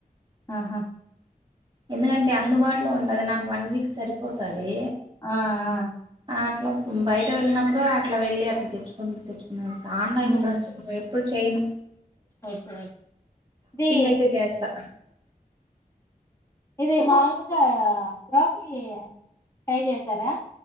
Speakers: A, on the left; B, on the right.
A: ఆహ
B: ఎందుకంటే అందుబాటులో ఉంటది నాకు వన్ వీక్ సరిపోతది
A: ఆ ఆ
B: అట్ల బయట వెల్లినప్పుడు అట్ల వెళ్లి అట్ల తెచ్చుకున్ తెచ్ వస్త ఆన్లైన్లో
A: హ్మ్.
B: ఫ్రష్ వేర్ ఇప్పుడు చెయ్నూ
A: ఓకే ఓ ఇది
B: అయితే చేస్తా
A: ఇది మా ములుగా బ్రోకలి ట్రై చేసరా